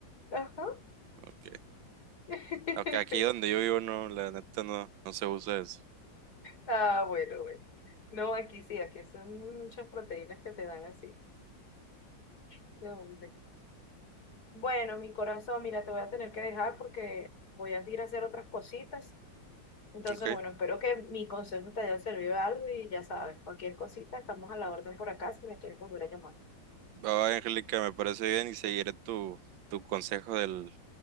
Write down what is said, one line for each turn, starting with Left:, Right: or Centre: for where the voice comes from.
Left: Ajá.
Right: Ok.
Left: <laughs>
Right: Aunque aquí donde yo vivo no, la neta no, no se usa eso.
Left: Ah, bueno, bueno. No, aquí sí, aquí son muchas proteínas que te dan así. No, hombre. Bueno, mi corazón, mira, te voy a tener que dejar porque voy a ir a hacer otras cositas. Entonces,
Right: Ok.
Left: bueno, espero que mi consejo te haya servido algo y ya sabes, cualquier cosita, estamos a la orden por acá si me quieres volver a llamar.
Right: Va, Angélica, me parece bien y seguiré tu, tu consejo del,